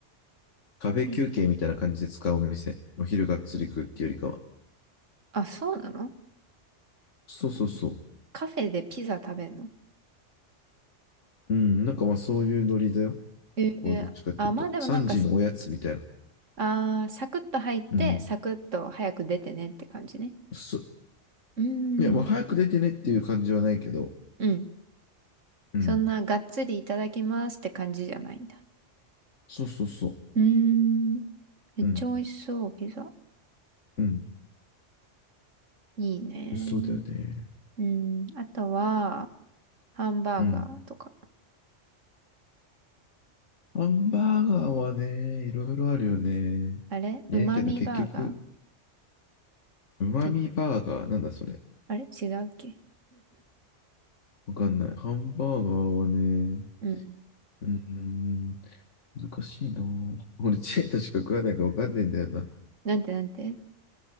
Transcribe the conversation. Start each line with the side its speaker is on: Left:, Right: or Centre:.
Left: カフェ休憩みたいな感じで使うお店。
Right: ピ、
Left: お昼がっつり食うっていうよりかは。
Right: あ、そうなの
Left: そうそうそう。
Right: カフェでピザ食べるの
Left: うん。なんかまあそういうノリだよ。
Right: えー、
Left: ここはどっちかっていうと。
Right: あ、まあでもなんか、
Left: 3時のおやつみたいな。
Right: あー、サクッと入って、
Left: うん。
Right: サクッと早く出てねって感じね。
Left: そ、
Right: うー
Left: いや、まあ早く出てねっていう感じはないけど。
Right: ん。うん。
Left: うん。
Right: そんながっつりいただきますって感じじゃないんだ。
Left: そうそうそ
Right: うーん。めっちゃ美味しそう、
Left: う。うん。
Right: ピザ。
Left: うん。
Right: いいね。
Left: そうだよね。
Right: うん。あとは、ハンバーガーとか。
Left: うん。ハンバーガーはね、いろいろあるよね。
Right: あれうまみバーガー
Left: ええけど結局、うまみバーガー、
Right: け
Left: なんだそれ。
Right: あれ違うっけ
Left: わかんない。ハンバーガーはね、
Right: うん。
Left: うーん、難しいな。俺、チェーンとしか食わないからわかんないんだよな。
Right: なんてなんて